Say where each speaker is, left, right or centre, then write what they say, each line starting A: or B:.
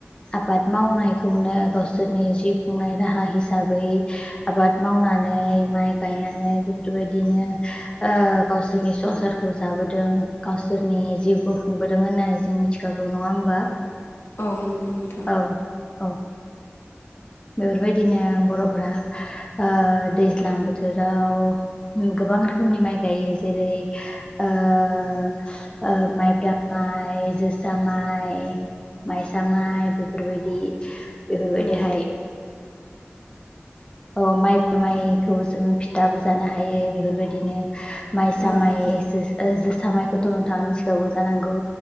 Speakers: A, on the left; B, on the left.
A: आबाद मावनायखौनो गावसोरनि जिउ खुंनाय राहा हिसाबै आबाद मावनानै माइ गायनानै बेफोरबायदिनो ओ गावसोरनि संसारखौ जाबोदों गावसोरनि जिउखौ खुंबोदों होननानै जों मिथि मिथिखागौ नङा होमबा
B: औ नंगौ नोंथां
A: औ- औ। बेफोरबायदिनो बर'फोरा ओ दैज्लां बोथोराव गोबां रोखोमनि माइ गायो जेरै ओ -ओ माइब्रा माइ जोसा माइ माइसा माइ बेफोरबायदि। बेफोरबायदिहाय
B: औ
A: औ माइब्रा माइखौ जोङो फिथाबो जानो हायो बेफोरबायदिनो माइसा
B: औ
A: माइ
B: नंगौ
A: जो ओ जोसा माय थ नोंथाङा मिथिखाबौ जानांगौ।